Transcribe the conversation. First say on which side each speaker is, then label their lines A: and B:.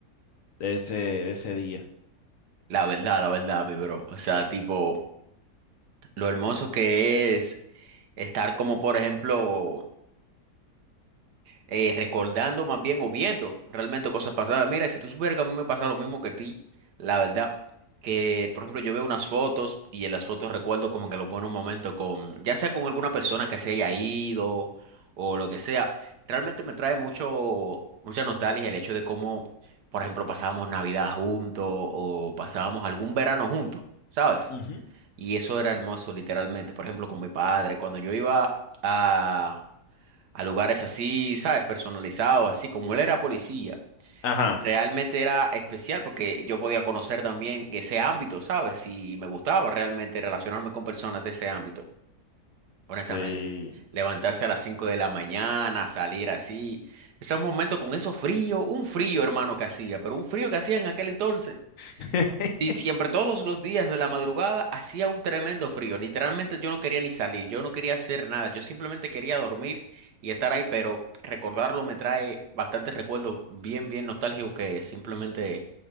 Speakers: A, on the left; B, on the right.
A: de ese, de ese día.
B: La verdad, la verdad, mi bro. O sea, tipo, lo hermoso que es estar como, por ejemplo, eh, recordando más bien o viendo realmente cosas pasadas. Mira, si tú supieras que a mí me pasa lo mismo que a ti, la verdad, que por ejemplo yo veo unas fotos y en las fotos recuerdo como que los buenos momentos con, ya sea con alguna persona que se haya ido o lo que sea, realmente me trae mucho, mucha nostalgia el hecho de cómo, por ejemplo, pasábamos Navidad juntos o pasábamos algún verano juntos, ¿sabes?
A: Ujú.
B: Y eso era hermoso, literalmente. Por ejemplo, con mi padre, cuando yo iba a a lugares así, ¿sabes? Personalizados, así como él era policía.
A: Ajá,
B: Realmente era especial porque yo podía conocer también ese ámbito, ¿sabes? Y me gustaba realmente relacionarme con personas de ese ámbito, honestamente.
A: sí.
B: Levantarse a las 5 de la mañana, salir así. Esos momentos con eso frío, un frío, hermano, que hacía, pero un frío que hacía en aquel entonces.
A: <laughs>
B: Y siempre, todos los días de la madrugada, hacía un tremendo frío. Literalmente yo no quería ni salir, yo no quería hacer nada, yo simplemente quería dormir y estar ahí, pero recordarlo me trae bastantes recuerdos bien, bien nostálgicos que simplemente,